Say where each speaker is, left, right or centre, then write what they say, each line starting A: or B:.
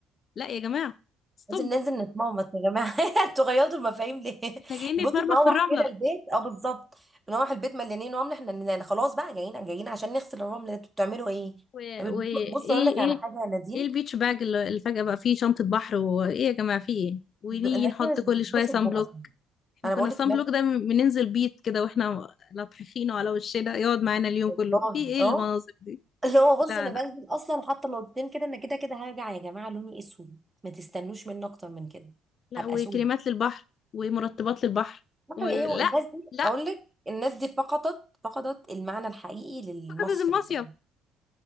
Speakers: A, on the left; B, on the right.
A: لا يا جماعة ستوب
B: لازم ننزل نتمومط يا جماعه <laughs> انتوا غيرتوا المفاهيم ليه؟ <laughs>
A: احنا جايين
B: نبص
A: نتمرمخ
B: نروح
A: في الرملة
B: كده البيت اه بالظبط نروح البيت مليانين رمل احنا ن- خلاص بقى جايين جايين عشان نغسل الرمل ده انتوا بتعملوا ايه؟
A: وايه
B: طب
A: ايه
B: بص
A: ايه
B: اقول لك على حاجه يا نادين
A: ايه البيتش باج اللي اللي فجأة بقى فيه شنطة بحر وايه يا جماعة فيه ايه ونيجي
B: ب- الناس
A: نحط
B: دي مش
A: كل
B: بتتبسط
A: شوية سان
B: بوقتهم
A: بلوك احنا
B: انا
A: كنا
B: بقول
A: السان
B: لك الناس
A: بلوك ده بننزل بيت كده واحنا لطحخينه على وشنا يقعد معانا اليوم
B: والله
A: كله في ايه
B: اه
A: المناظر دي
B: اللي هو بص
A: لا
B: انا
A: لا
B: بنزل اصلا حاطه نقطتين كده انا كده كده هرجع يا جماعه لوني اسود ما تستنوش مني اكتر من كده
A: لا
B: هبقى
A: وكريمات
B: سود
A: للبحر ومرطبات للبحر
B: عارفة
A: ولا
B: ايه
A: لا
B: الناس دي
A: لا
B: اقول لك الناس دي فقدت فقدت المعنى الحقيقي للمصري
A: فقط المصيف
B: بجد